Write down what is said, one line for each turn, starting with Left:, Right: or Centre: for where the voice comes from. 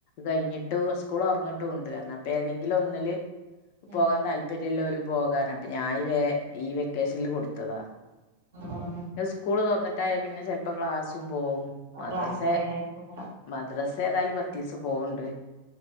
Left: കഴിഞ്ഞിട്ടു സ്കൂൾ തൊറന്നുട്ടുണ്ട് അപ്പ ഏതെങ്കിലും ഒന്നില്
Right: ഉം
Left: പോകാൻ താല്പര്യല്ലോല്ലോ പോകാന് അപ്പ ഞാൻ ഈ വെ വെക്കേഷൻൽ കൊടുത്തത
Right: ആഹ്
Left: ന്നെ സ്കൂള് തൊറന്നി ണ്ടായ പിന്നെ ചെലപ്പ ഗ്ലാസ്സും ഉം
Right: ആ
Left: മദ്രസെ
Right: ക്ലാസ്സിന്റെ എടേക്കൂടെ
Left: മദ്രസ് <inaudible>